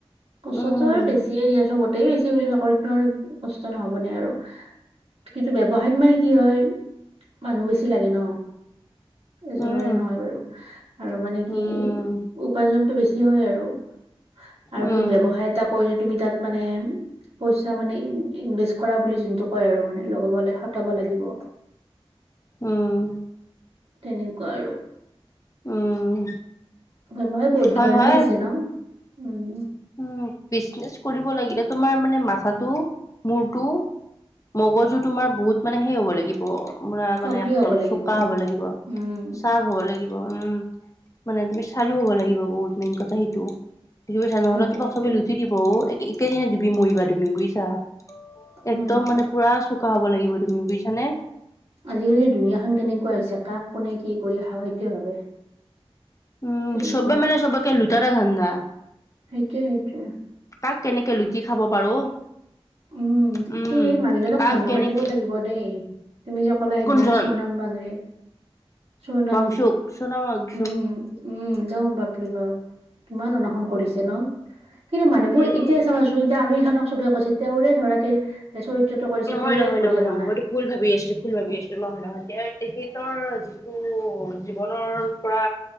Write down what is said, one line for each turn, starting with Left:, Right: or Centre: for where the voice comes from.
Right: কষ্টটো
Left: উম
Right: আৰু বেছিয়েই দিয়া চবতে, বেছি বাৰু, চাকৰিতনো আৰু কষ্ট নহ'বনে আৰু। কিন্তু ব্যৱসায়ত মানে কি হয়, মানুহ বেছি লাগে ন। এজনৰে
Left: উম
Right: নহয় বাৰু। আৰু মানে কি
Left: উম
Right: উপাৰ্জনতটো বেছি হয় আৰু। আৰু
Left: উম
Right: তুমি ব্যৱসায় এটা কৰিলে তুমি তাত মানে পইচা মানে ইনভেষ্ট কৰা বুলি যোনটো কয় আৰু মানে লগাবলে সতাব লাগিব।
Left: উম।
Right: তেনেকুৱা আৰু।
Left: উম।
Right: ব্যৱসায় বহুত
Left: হয়
Right: ধৰণে
Left: হয়
Right: আছে ন? উম।
Left: উম বিজনেচ কৰিব লাগিলে তোমাৰ মানে মাথাটো মূৰটো মগজু তোমাৰ বহুত মানে সে হ'ব লাগিব পুৰা
Right: সক্ৰিয়
Left: মানে একদম
Right: হব লাগিব
Left: চোকা হ'ব লাগিব।
Right: উম
Left: চাৰ্ফ হ'ব লাগি উম মানে তুমি চালো হব লাগিব বহুত মেইন কথা সেইটো। বুজিছা নহ'লে
Right: সেইটোয়ে
Left: তোমাক
Right: সেইটোয়ে
Left: চবে লুটি দিব। এ-এক একেদিনা দিবি মৰিবা তুমি বুজিছা?
Right: হয়
Left: একদম
Right: হয়
Left: মানে পুৰা চোকা হ'ব লাগিব তুমি বুজিছানে?
Right: আজিকালি দুুনীয়াখন কেনেকুৱা হৈছে। কাক কোনে কি কৰি খাওঁ সেইটয়ে ভাবে।
Left: উম
Right: তেনেকুৱা
Left: চবে মানে চবেকে লুটাৰ ধাণ্ডা।
Right: সেইটোৱে সেইটোৱে।
Left: কাক কেনেকে লুটি খাব পাৰো
Right: উম
Left: উম
Right: সেই মানুহজনক
Left: কাক
Right: ধন্যবাদ
Left: কেনেকে
Right: দিব লাগিব দেই। তুমি যে ক'লা সেইদিনা
Left: কোনজন
Right: চনাম বংৰে চনাম
Left: বংশুক চোনা বংশুক
Right: উম উম যাও বাপৰে বাপ কিমান অনশন কৰিছে ন? কিন্তু মানুহবোৰ
Left: উম
Right: এতিয়া চাবা চোন এতিয়া আমিৰ খানক চবে কৈছে তেওঁৰে ধৰাকে চৰিত্ৰটো কৰিছে
Left: নহয়
Right: তেৱে
Left: নহয়
Right: এক পৰি
Left: নহয়
Right: অহা
Left: নহয়
Right: নাই
Left: মইতো
Right: এনেকুৱা।
Left: ভুল ভাবি আছিলো ভুল ভাবি আছিলো নহয় নহয় এতিয়া তেখেতৰ যিটো জীৱনৰ পৰা